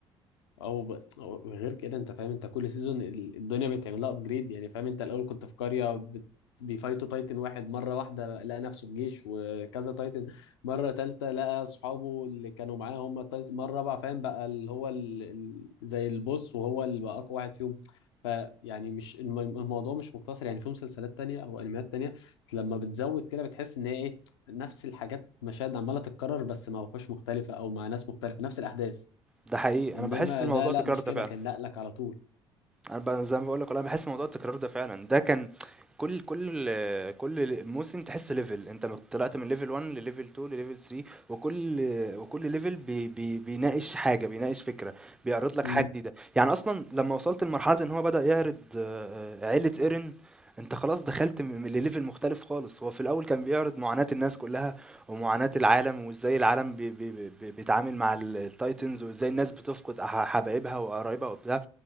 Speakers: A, on the left; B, in the centre.
A: او ب... أو غير كده انت فاهم انت كل سيزون ال- الدنيا بتعمل لها ابجريد يعني فاهم انت الاول كنت في قريه بت... بيفايتوا تايتن واحد مره واحده لقى نفسه في جيش وكذا تايتن مره تالته لقى اصحابه اللي كانوا معاه هم التايتن مره رابعه فاهم بقى اللي هو ال... ال... زي البوس وهو اللي بقى اقوى واحد فيهم فيعني مش الم... الموضوع مش مقتصر يعني في مسلسلات تانية او انميات تانية لما بتزود كده بتحس ان هي ايه نفس الحاجات مشاهد عماله تتكرر بس مع وحوش مختلفه او مع ناس مختلفه نفس الاحداث
B: ده حقيقي،
A: انما
B: أنا باحس الموضوع
A: ده لا
B: تكرار
A: مش
B: ده
A: كده
B: فعلًا.
A: كان نقلك على طول
B: انا ب- زي ما بقول لك انا بحس موضوع التكرار ده فعلا ده كان كل كل كل موسم تحسه ليفل انت طلعت من ليفل 1 لليفل 2 لليفل 3 وكل وكل ليفل بي بي بيناقش حاجه بيناقش فكره بيعرض لك
A: امم
B: حاجه جديده يعني اصلا لما وصلت لمرحله ان هو بدأ يعرض آه، آه، عيله ايرن انت خلاص دخلت م- م- لليفل مختلف خالص هو في الاول كان بيعرض معاناة الناس كلها ومعاناة العالم وازاي العالم بي بي بي بي- بيتعامل مع ال- التايتنز وازاي الناس بتفقد أح- حبايبها وقرايبها وبتاع